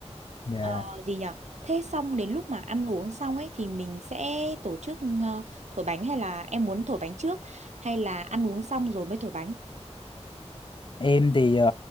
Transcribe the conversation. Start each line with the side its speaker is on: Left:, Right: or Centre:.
Left: dạ
Right: Ờ, gì nhở? Thế xong đến lúc mà ăn uống xong ấy thì mình sẽ tổ chức ờ, thổi bánh hay là em muốn thổi bánh trước hay là ăn uống xong rồi mới thổi bánh?
Left: em thì ờ,